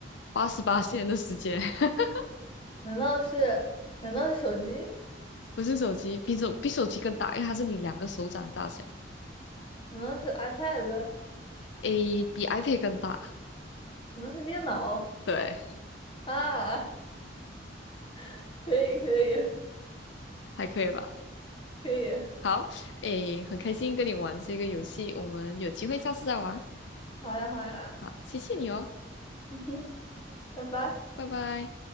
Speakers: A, on the left; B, on the left.
A: 八十八线的时间。<laughs>
B: 难道是难道是手机？
A: 不是手机，比手比手机更大，因为它是你两个手掌大小，
B: 难道是 iPad？
A: 诶，比 iPad 更大，
B: 难道是电脑？
A: 对，
B: 啊，<laughs> 可以可以
A: 还可以吧？
B: 可以，
A: 好，诶，很开心跟你玩这个游戏，我们有机会下次再玩。
B: 好呀好呀，
A: 好，谢谢你哦，
B: 嗯哼，拜拜。
A: 拜拜。